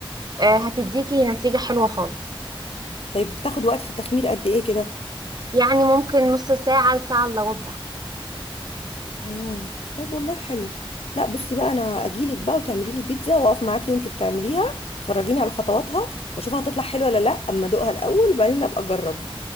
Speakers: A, on the right; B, on the left.
A: آه، هتديكي نتيجة حلوة خالص
B: طيب بتاخد وقت في التخمير قد ايه كده
A: يعني ممكن نص ساعة لساعة الا ربع
B: امم طيب والله حلو لا بصي بقى انا اجيلك بقى وتعملي لي بيتزا واقف معاكي وانتي بتعمليها تفرجيني على خطواتها واشوفها هتطلع حلوه ولا لا اما ادوقها الاول وبعدين ابقى اجربها